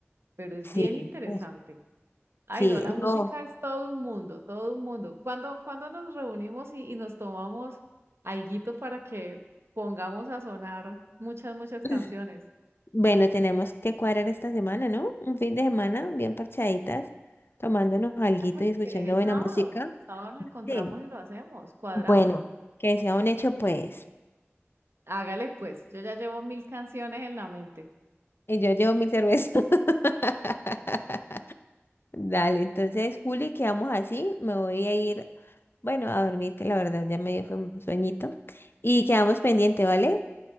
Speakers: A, on the right; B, on the left.
A: pero es
B: Sí,
A: bien interesante.
B: uf,
A: Ay,
B: sí,
A: no, la música
B: no.
A: es todo un mundo, todo un mundo. ¿Cuándo, cuándo nos reunimos y, y nos tomamos alguito para que pongamos a sonar muchas, muchas
B: <clears throat>
A: canciones?
B: Bueno, tenemos que cuadrar esta semana, ¿no? Un fin de semana bien parchaditas, tomándonos alguito
A: Ah, pues
B: y
A: si
B: escuchando
A: querés el
B: buena
A: sábado.
B: música.
A: El sábado nos encontramos
B: Sí.
A: y lo hacemos, cuadramos.
B: Bueno, que sea un hecho, pues.
A: Hágale pues, yo ya llevo mil canciones en la mente.
B: Y yo llevo mi cerveza. <laughs> Dale, entonces, Juli, quedamos así. Me voy a ir, bueno, a dormir, que la verdad ya me dio fue un sueñito. Y quedamos pendiente, ¿vale?